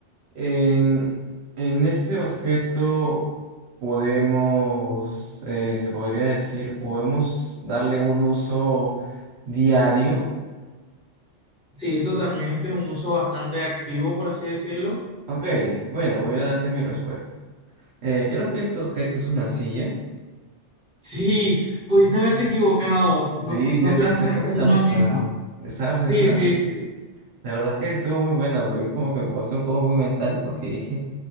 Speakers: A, on the right (about 65°); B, in the centre.
A: en, en este objeto podemos, eh, se podría decir, podemos darle un uso diario.
B: Sí, totalmente, un uso bastante activo, por así decirlo.
A: Ok, bueno, voy a darte mi respuesta. Eh, creo que este objeto es una silla.
B: Sí, pudiste haberte equivocado, no,
A: Sí,
B: no
A: yo estaba
B: pensaste
A: pensando en
B: en
A: la
B: una
A: mesa.
B: mesa.
A: Estaba pensando
B: Sí,
A: en la
B: sí,
A: mesa.
B: sí.
A: La verdad es que estuvo muy buena, pero es como que como un juego muy mental porque dije,